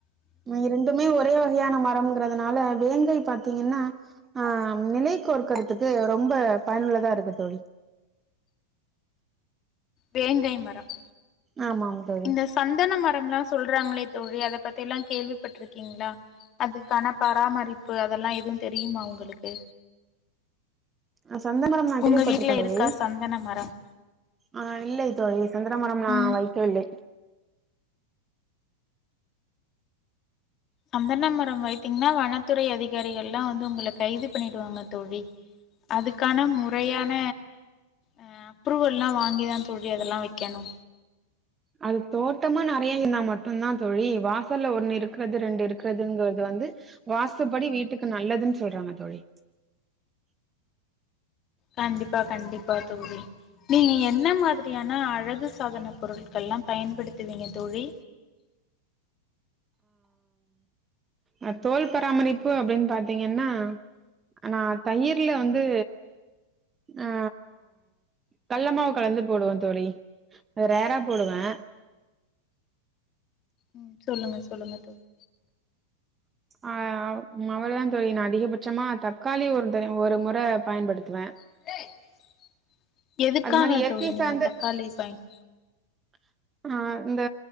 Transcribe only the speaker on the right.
இரண்டுமே ஒரே வகையான மரம்ங்கிறதுனால வேங்கை பாத்தீங்கன்னா ஆ நிலை கோர்க்கறதுக்கு ரொம்ப பயனுள்ளதா இருக்கு தோழி
ஆமாம் தோழி
அ சந்தமரம் நா கேள்விபட்ருக்கே
தோழி
ஆ இல்லை தோழி சந்தன மரம் நா
வைக்கவில்லை
அது தோட்டமா நெறையா இருந்தா மட்டுந்தா தோழி வாசல்ல ஒண்ணு இருக்கிறது ரெண்டு இருக்கிறதுங்கறது வந்து வாஸ்துபடி வீட்டுக்கு நல்லதுன் சொல்றாங்க தோழி
ஆ தோல் பராமரிப்பு அப்டின் பாத்தீங்கன்னா நா தயிர்ல வந்து ஆ கள்ளமாவு கலந்து போடுவந் தோழி ரேரா போடுவே
அ ம் அவள தான் தோழி நா அதிகபட்சமா தக்காளி ஒரு ஒரு முறை பயன்படுத்துவே
அது மாரி இயற்கை
சார்ந்த
<inaudible> அ இந்த